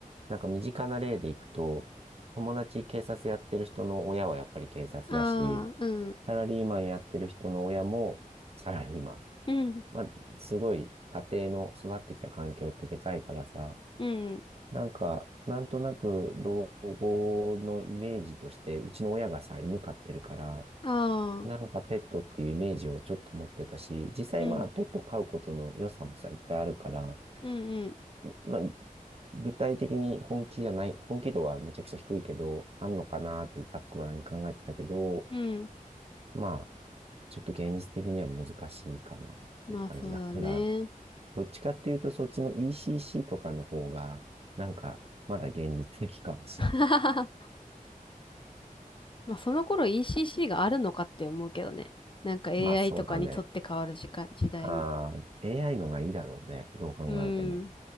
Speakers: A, on the right (about 45°); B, on the left (about 35°).
A: なんか身近な例でいくと、友達警察やってる人の親はやっぱり警察だし、
B: ああ、うん。
A: サラリーマンやってる人の親もサラリーマン。
B: うん。
A: まあ、すごい家庭の育ってきた環境ってでかいからさ、
B: うん。
A: なんか、なんとなく老後のイメージとして、うちの親がさ、犬飼ってるから、
B: ああ、
A: なんかペットっていうイメージをちょっと持ってたし、実際まあペット飼うことの良さもさ、
B: うん。
A: いっぱいあるから、
B: うんうん。
A: まあ、具体的に本気じゃない、本気度はめちゃくちゃ低いけど、あんのかなってざっくばらんに考えてたけど、
B: うん。
A: まあ、ちょっと現実的には難しいかなっていう感じだから、
B: まあそうだね。
A: どっちかっていうとそっちの ECC とかの方が、なんか、まだ現実的かもしれない。
B: <laughs> まあその頃 ECC があるのかって思うけどね。なんか AI
A: まあそうだね。
B: とかにとって変わる時間、時代に。
A: ああ、AI のがいいだろうね。どう考えても。
B: うん。